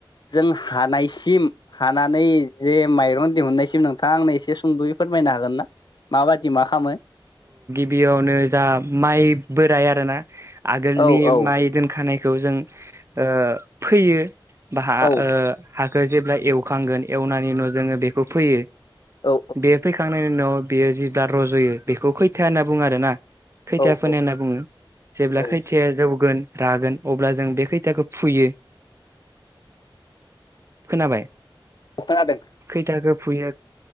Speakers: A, on the left; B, on the right.
A: जों हानायसिम हानानै जे माइरं दिहुननायसिम नोंथां आंनो एसे सुंद'यै फोरमायनो हागोन ना माबायदि मा खालामो
B: बियावनो जा माइ बोराइ आरोना आगोलनि
A: औ औ
B: माइ दोनखानायखौ जों ओ फैयो बाहा
A: औ
B: ओ हाखौ जेब्ला एवखांगोन एवनायनि उनाव जोङो बेखौ फैयो
A: औ
B: दे फैखांनायनि उनाव बि जि रज'यो बेखौ खैथा होनना बुङो आरो ना खैथिया
A: औ
B: फोनाय
A: औ
B: होनना बुङो जेब्ला
A: औ
B: खैथायाया जौगोन रागोन अब्ला जों बे खैथाखौ फुयो खोनाबाय
A: खोनादों
B: खैथाखौ फुयो